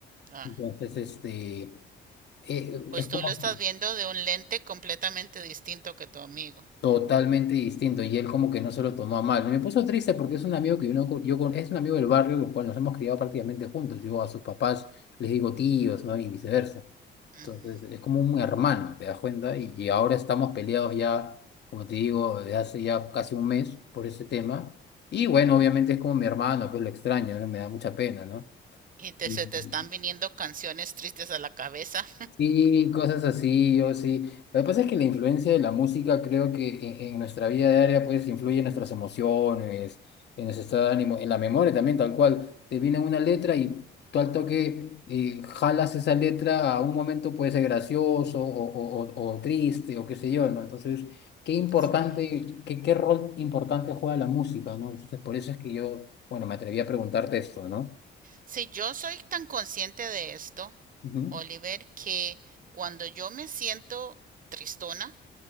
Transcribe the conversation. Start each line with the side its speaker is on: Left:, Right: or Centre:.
Right: Ah,
Left: Entonces, este eh,
Right: pues
Left: es
Right: tú
Left: como
Right: lo estás
Left: que
Right: viendo de un lente completamente distinto que tu amigo.
Left: totalmente distinto y él como que no se lo tomó a mal. Me puso triste porque es un amigo que uno, co- yo con, es un amigo del barrio con el cual nos hemos criado prácticamente juntos. Yo a sus papás les digo tíos, ¿no? Y viceversa.
Right: Ujú.
Left: Entonces es como un hermano, ¿te das cuenta? Y, y ahora estamos peleados ya, como te digo, desde hace ya casi un mes por ese tema. Y bueno, obviamente es como mi hermano, pues lo extraño, ¿no? Me da mucha pena, ¿no?
Right: Y te,
Left: Ujú.
Right: se te están viniendo canciones tristes a la cabeza.
Left: Sí, cosas así, yo sí. Lo que pasa es que la influencia de la música creo que en, en nuestra vida diaria pues influye en nuestras emociones, en nuestro estado de ánimo, en la memoria también, tal cual. Te viene una letra y tú al toque eh, jalas esa letra a un momento puede ser gracioso o, o- o- o triste o qué sé yo, ¿no? Entonces, qué importante,
Right: <laughs> Sí.
Left: qué, qué rol importante juega la música, ¿no? Entonces, por eso es que yo, bueno, me atreví a preguntarte esto, ¿no?
Right: Si yo soy tan consciente de esto,
Left: Ujú.
Right: Oliver, que cuando yo me siento tristona,